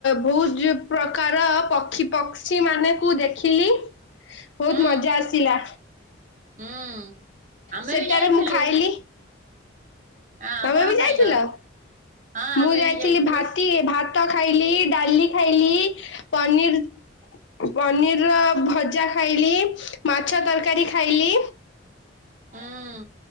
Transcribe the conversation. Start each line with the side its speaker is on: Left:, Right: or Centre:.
Left: ବହୁତ ପ୍ରକାର ପକ୍ଷୀ ପକ୍ଷ ମାନେ କୁ ଦେଖିଲି। ବହୁତ
Right: ହୁଁ
Left: ମଜା ଆସିଲା
Right: ହୁଁ। ଆମେ
Left: ସେଟାରେ
Right: ବି ଯାଇଥିଲୁ।
Left: ମୁଁ ଖାଇଲି
Right: ହଁ
Left: ତମେ
Right: କଣ
Left: ବି ଯାଇଥିଲ
Right: ଖାଇଲ? ହଁ
Left: ମୁଁ
Right: ଆମେ
Left: ଯାଇଥିଲି
Right: ବି ଯାଇଥିଲୁ
Left: ଭତି ଭ ଟ ଖାଇଲି ଡାଲି ଖାଇଲି ପନିର ପନିର ର ଭଜା ଖାଇଲି ମାଛ ତରକାରୀ ଖାଇଲି।
Right: ହୁଁ।